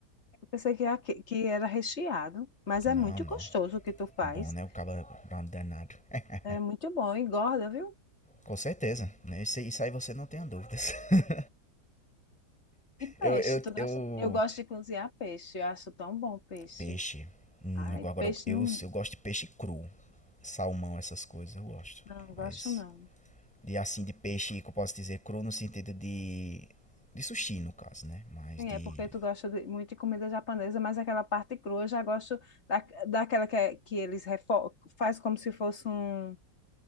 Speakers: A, on the left; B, in the centre.
A: Pensei que, era que era recheado, mas
B: Não,
A: é muito
B: não.
A: gostoso o que tu faz.
B: É bom, né? O cabra brownie danado. <laughs> É,
A: É muito bom, engorda, viu?
B: com certeza, né? Isso, isso aí você não tenha dúvidas. <laughs>
A: E peixe,
B: Eu, eu,
A: tu gosta?
B: eu
A: Eu gosto de cozinhar peixe, eu acho tão bom peixe.
B: Peixe. Hum,
A: Ai,
B: agora
A: peixe
B: eu, eu,
A: não,
B: eu gosto de peixe cru. Salmão, essas coisas, eu gosto.
A: não
B: Mas.
A: gosto não.
B: De assim, de peixe que eu posso dizer cru no sentido de. De sushi, no caso, né? Mas
A: Sim,
B: de.
A: é porque tu gosta de- muito de comida japonesa, mas aquela parte crua eu já gosto da, daquela que, é- que eles refo faz como se fosse um...